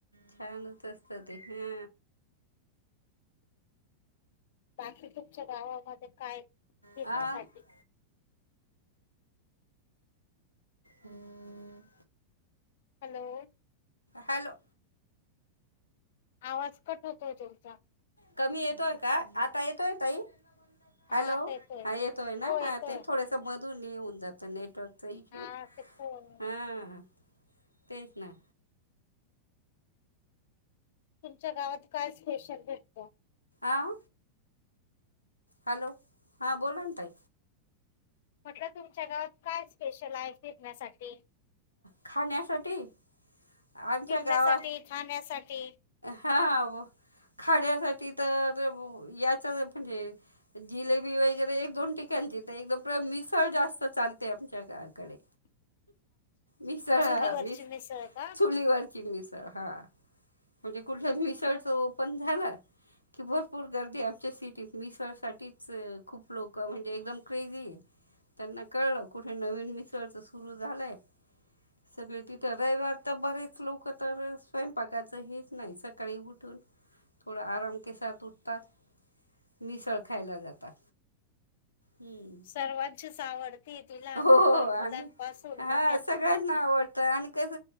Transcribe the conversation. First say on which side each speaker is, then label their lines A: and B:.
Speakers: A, on the left; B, on the left.
A: छानच असत ते हा
B: <unintelligible> बाकी तुमच्या गावामध्ये काय फिरण्यासाठी.
A: हा हा हम्म
B: हॅलो.
A: हॅलो.
B: आवाज कट होतो तुमचा.
A: कमी येतोय का आता येतोय तई.
B: हा
A: हॅलो
B: आता
A: हा येतोय ना
B: हो येतोय
A: हा ते थोडस मधून मधून नेटवर्क जातं. त
B: हा ते फोन
A: हा तेच ना.
B: तुमच्या गावात काय स्पेशल भेटतं.
A: आह. हॅलो हा बोला ना ताई.
B: म्हटलं तुमच्या गावात काय स्पेशल आहे फिरण्यासाठी.
A: खाण्यासाठी. आमच्या
B: फिरण्यासाठी
A: गावा
B: खाण्यासाठी
A: हा खाण्यासाठी. तर. या म्हणजे जिलेबी वगैरे एक दोन ठिकाणची एकदम मिसळ जास्त चालतं. चालते आमच्याकडे.
B: <unintelligible>
A: मिसळ ह
B: चुलीवरची
A: मि
B: मिसळ का
A: चुलीवरची मिसळ हा. म्हणजे मिसळ ओपण झालं. कि भरपूर गर्दी आमच्या सिटीत मिसळ साठीच खूप लोक म्हणजे एकदम क्रेझी आहे. त्यांना कळलं कुठे नवीन मिसळच सुरू झालंय.
B: <inaudible>
A: रविवारी तर बरेच लोक सकाळी स्वयंपाक च होत नाही मिसळ खायला जातात थोडा आराम के साथ उठतात मिसळ खायला जातात. हम्म
B: सर्वांचीच आवडती ती लहान
A: हो हो आणि
B: मुलांपासून
A: हा
B: मोठ्या.
A: सगळ्यांना आवडतं आणि. स